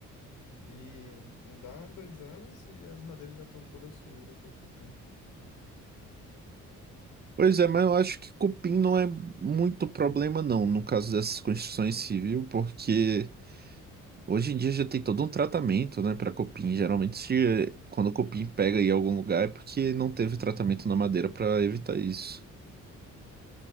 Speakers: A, on the left; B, on the right.
A: e não dá dois anos e as madeiras já estão todas comidas por cupim.
B: Pois é, mas eu acho que cupim não é muito problema, não, no caso dessas construções civil, porque hoje em dia já tem todo um tratamento, né, para cupim. Geralmente, se- quando o cupim pega em algum lugar, é porque não teve tratamento na madeira para evitar isso.